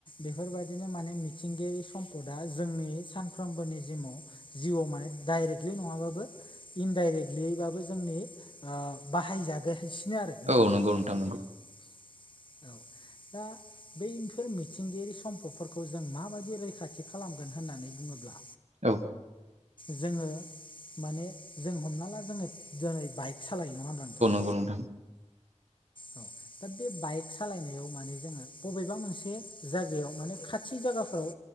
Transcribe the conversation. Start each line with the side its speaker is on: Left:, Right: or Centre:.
Left: बेफोरबायदिनो माने मिथिंगायारि सम्पदा जोंनि सानफ्रोमबोनि जिमाव जिउआव माने डाइरेक्टलि नङाबाबो इनडाइरेक्टलिबाबो जोंनि बाहायजागसिनो आरो नोंथां
Right: औ नंगौ
Left: औ
Right: नंगौ
Left: दा बैफोर मिथिंगायारि सम्पदफोरखौ जों माबायदि रैखाथि खालामगोन होननानै बुङोब्ला
Right: औ
Left: जोङो माने जों हमना ला जोङो दिनै बाइक सालायो नङा होनदों नोंथां
Right: औ नोंथां
Left: औ दा बे बाइक सालायनायाव माने जोङो बबेबा मोनसे जायगायाव माने खाथि खाथि जायगाफोराव